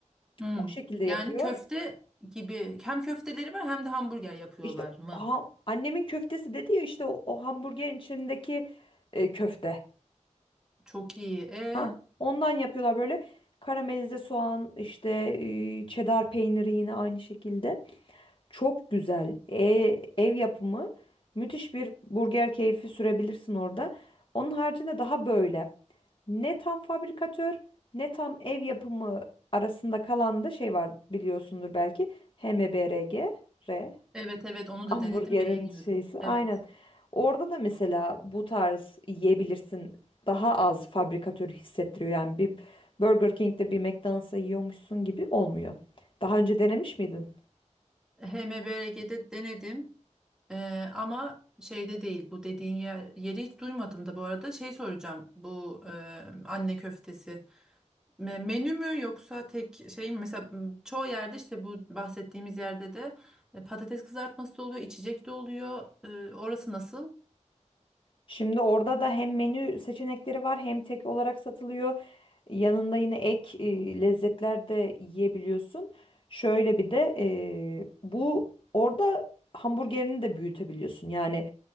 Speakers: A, in the centre; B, on the left.
A: Hmm.
B: O şekilde yapıyor.
A: Yani köfte gibi hem köfteleri var hem de hamburger yapıyorlar
B: İşte
A: mı?
B: ha, annemin köftesi dedi ya işte o, o hamburgerin içindeki e, köfte.
A: Çok iyi. E,
B: Ha, ondan yapıyorlar böyle karamelize soğan işte e, çedar peyniri yine aynı şekilde. Çok güzel E, ev yapımı müthiş bir burger keyfi sürebilirsin orada. Onun haricinde daha böyle ne tam fabrikatör ne tam ev yapımı arasında kalan da şey var biliyorsundur belki H M B R HMBRG.
A: evet evet onu da
B: Hamburgerin
A: denedim beğeniyorum.
B: şeysi
A: Evet.
B: aynen. Orada da mesela bu tarz yiyebilirsin. Daha az fabrikatörü hissettiriyor. Yani bir Burger King'de bir McDonald's'ta yiyormuşsun gibi olmuyor. Daha önce denemiş miydin?
A: HMBRG'de denedim Ee, ama şeyde değil bu dediğin yer, yeri hiç duymadım da bu arada şey soracağım bu e, anne köftesi Me- menü mü yoksa tek şey mi mesela m, çoğu yerde işte bu bahsettiğimiz yerde de e, patates kızartması da oluyor içecek de oluyor Ee, orası nasıl?
B: Şimdi orada da hem menü seçenekleri var hem tek olarak satılıyor. Yanında yine ek e, lezzetler de yiyebiliyorsun. Şöyle bir de e, bu orada hamburgerini de büyütebiliyorsun. Yani